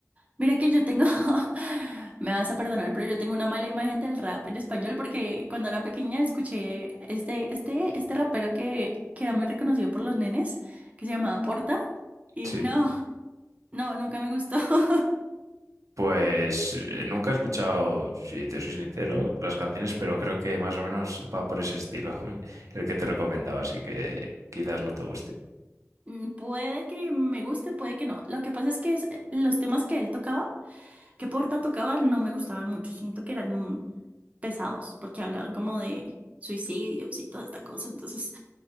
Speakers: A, on the right; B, on the right.
A: Mira que yo tengo, <laughs> me vas a perdonar, pero yo tengo una mala imagen del rap en español porque cuando era pequeña escuché este, este, este rapero que, que era muy reconocido por los nenes, que se llamaba Porta, y
B: Sí.
A: no, no, nunca me gustó. <laughs>
B: Pues eh, nunca he escuchado, si te soy sincero, las canciones, pero creo que más o menos va por ese estilo, <laughs> el que te recomendaba, así que quizás no te guste.
A: Mm, Puede que me guste, puede que no. Lo que pasa es que es- eh, los temas que él tocaba que Porta tocaba no me gustaban mucho. Siento que eran mm, pesados porque hablaban como de suicidios y toda esta cosa. Entonces,